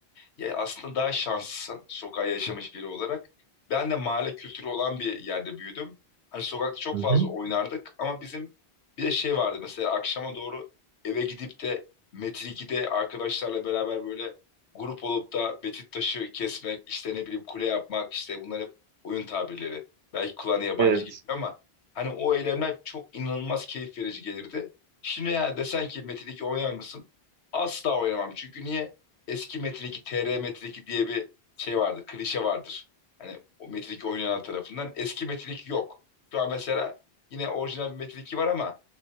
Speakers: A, on the left; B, on the right.
A: Ya aslında daha şanslısın sokağa yaşamış biri olarak. Ben de mahalle kültürü olan bir yerde büyüdüm. Hani sokakta çok
B: Hı
A: fazla
B: hı.
A: oynardık ama bizim bir de şey vardı mesela akşama doğru eve gidip de Metrik'te arkadaşlarla beraber böyle grup olup da betit taşı kesmek, işte ne bileyim kule yapmak işte bunlar hep oyun tabirleri. Belki kulağına yabancı
B: Evet.
A: gibi ama hani o eylemler çok inanılmaz keyif verici gelirdi. Şimdi ya desen ki Metin 2 oynar mısın? Asla oynamam. Çünkü niye? eski Metin 2, TR Metin iki diye bir şey vardır, klişe vardır. Hani o Metin iki oynayanlar tarafından. Eski Metin 2 yok. Şu an mesela yine orijinal bir Metin iki var ama